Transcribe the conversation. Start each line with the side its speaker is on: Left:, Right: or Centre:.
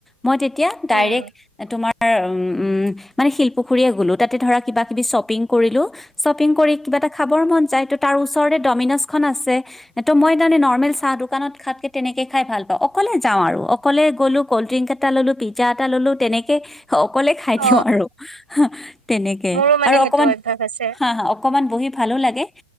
Centre: মই তেতিয়া
Right: উম
Centre: ডাইৰেক্ট তোমাৰ উম, মানে শিলপুখুৰীয়ে গ'লো তাতে ধৰা কিবা কিবি শ্বপিং কৰিলো। শ্বপিং কৰি কিবা এটা খাবৰ মন যায় ত' তাৰ ওচৰতে ডমিন'জখন আছে। ত' মই তাৰমানে নৰ্মেলি চাহ দোকানত খোৱতকে তেনেকে খাই ভাল পাওঁ অকলে যাওঁ আৰু। অকলে গ'লো কল্ড ড্ৰিংক এটা ল'লো পিজ্জা এটা ল'লো তেনেকে অকলে খাই
Right: অ
Centre: দিওঁ আৰু তেনেকে।
Right: মোৰো মানে
Centre: আৰু
Right: সেইটো
Centre: অকমান
Right: অভ্যাস আছে
Centre: হা হা অকমান বহি ভালো লাগে।